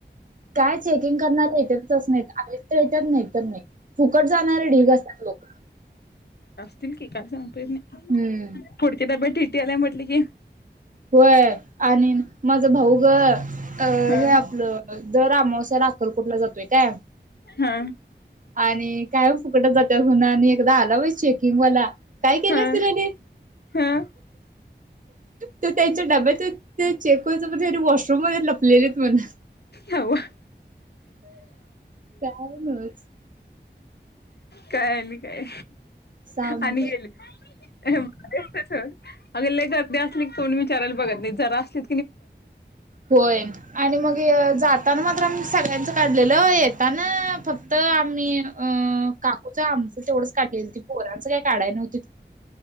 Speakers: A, on the right; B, on the left.
A: कायचे. ंग करणार यच नाही आले येत नाही तर नाही फुकट जाणारे ढिग असतात लोक.
B: <unintelligible>
A: हम्म.
B: पुढचे टिटी आला म्हटले की-
A: होय आणि माझं भाऊ ग अ
B: हा
A: हे आपलं दर अमावस्याला अक्कलकोटला जातो. ते काय-
B: हा
A: आणि काय फुकटच जाते होवून आणि- एकदा आला होय चेकिंग वाला- काय केलं
B: हा
A: असतिल हयांनी
B: हा
A: ते त्यांच्या डब्यात चेक कराच म्हणजे वॉश- रुम मध्ये लपलेत म्हण-
B: हवा
A: कायमच-
B: काय आणि काय
A: सहा मिनिट
B: आणि गेली <unintelligible> सोड- अग लइ गर्दी असली की कोणी विचारायला बघत नाही जरा असली-
A: होय आणि मग जात- जातांना मात्र आम्ही सगळ्यांचं काढलेलं येताना फक्त आम्ही अं काकूचं आमचं तेवढंच काढलेलं ते पोरांचं काही काढाय नव्हती-